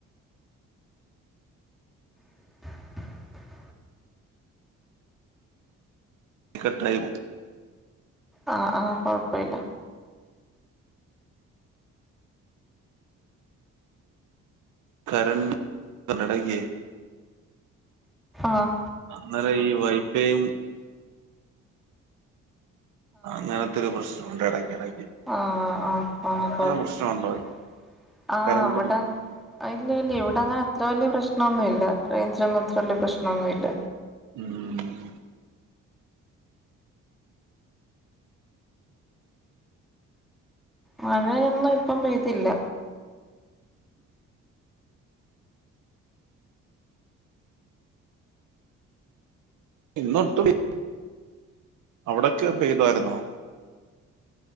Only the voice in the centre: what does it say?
<unintelligible>
ആഹ് ആഹ് കൊഴപ്പില്ല
ആ
ആ ആ ആ ആ
ആ
ഇവിടങ്ങ് ഇല്ല ഇവിടങ്ങനെ അത്ര വല്ല്യ പ്രശ്നോന്നുഇല്ല റേഞ്ചോന്നും അത്രല്ല്യ പ്രശ്നമൊന്വില്ല.
മഴയൊന്നും ഇപ്പം പെയ്തില്ല.